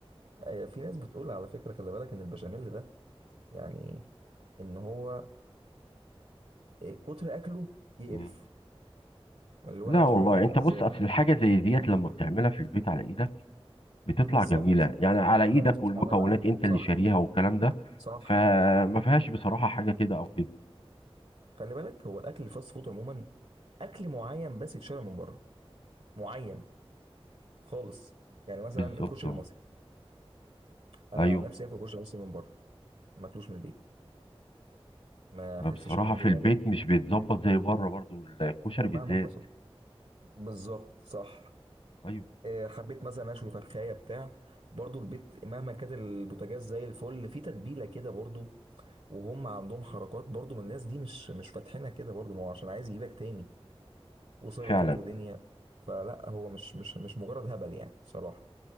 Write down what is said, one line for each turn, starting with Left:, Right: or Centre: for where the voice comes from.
Right: آه، في ناس بتقول على فكره خلي بالك ان البشاميل ده يعني ان هو آه، كتر اكله يقرف
Left: مم.
Right: اللي هو
Left: لا
Right: انا عايز
Left: والله
Right: اقول لهم
Left: أنت بص
Right: ازاي
Left: أصل الحاجة زي ديت لما بتعملها في البيت على إيدك بتطلع
Right: بالظبط
Left: جميلة يعني على إيدك
Right: ما بش
Left: والمكونات
Right: انا لا
Left: أنت
Right: صح
Left: اللي شاريها والكلام ده
Right: صح
Left: فما فيهاش بصراحة حاجة كده أو كده
Right: خلي بالك هو الاكل الفاست فود عموما اكل معين بس يتشرب من بره معين خالص يعني مثلا
Left: بالظبط
Right: الكشري
Left: أه
Right: المصري انا
Left: أيوه
Right: عن نفسي اكل كشري مصري من بره ما اكلوش من البيت ما
Left: بصراحة
Right: احسش ان الدنيا
Left: في البيت
Right: جايه
Left: مش بيتظبط زي بره برضو الكشري
Right: ومهما
Left: بالذات
Right: حصل بالظبط صح
Left: أيوه
Right: إيه، حبيت مثلا اشوي فرخايه بتاع برضو البيت مهما كانت البوتاجاز زي الفل في تتبيله كده برضو وهم عندهم حركات برضو من الناس دي مش مش فاتحينها كده برضو ما هو عشان عايز يجيبك تاني وسلطات
Left: فعلا
Right: ودنيا فلا هو مش مش مش مجرد هبل يعني صراحه